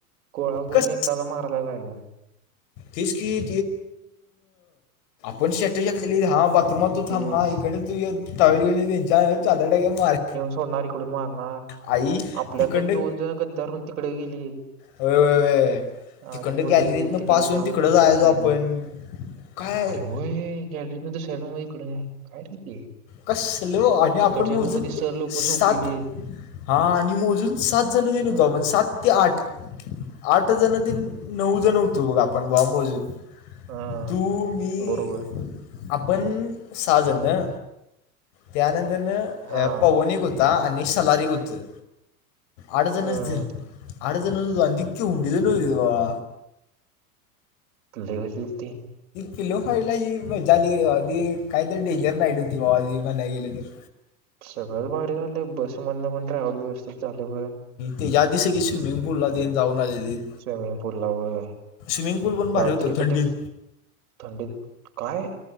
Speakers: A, on the right; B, on the left.
A: गोळा करून
B: कस
A: एकाला मारायला लागलं
B: तेच की पणेठ खाली हा त्रुमतुथ
A: तेच
B: थांब हा इकड तु य तवरी घ त्यांच्या चादर टाक मार
A: सण इकडं मार म
B: आई
A: आपल्या
B: तिकडं
A: तर दोन जण गद्दारून तिकड गेली
B: होय, होय, होय. तिकडं
A: आरणळ
B: गॅलरीतनं
A: तिकडे
B: पास
A: जाऊन
B: होऊन तिकडं जायचो
A: गले
B: आपण काय
A: अरे होय गॅलरी दिस श इकड काय र ते
B: कसलो आणि आपण
A: इकडच्या
B: मोजून
A: रूम मध्ये सर लोक
B: सात
A: झोपलेली आहेत.
B: हा आणि मोजून सात जण देन
A: होय
B: होतो आपण सात ते आठ आठ जण त नऊ जण हो तू बघ आपण ब मोजून
A: हम्म
B: तू मी
A: बरोबर
B: आपण साजन हा त्यानंतरन
A: हा
B: पवनिक होत ता आणि सलारी एक होतं. आठजण
A: हम्म
B: च धर. आठजणच आधी केवढी होतीत भावा
A: <unintelligible>
B: पिलो फाईटला जी मजा आली की नाई भावा ती काहीतरी डेंजर नाईट होती भावा म्हणाय गेले तर.
A: सगळंच भारी झालं बसमधन पण ट्रॅवल व्यवस्थित झालं होय
B: तेज्या आधी सगळी स स्विमिंग पूलला तेन जाऊन आलेलीत
A: स्विमिंग पूल ला वय
B: स्विमिंग पूल पण भारी
A: रात्रीच
B: होतं थंडीत
A: ते थंडीत काय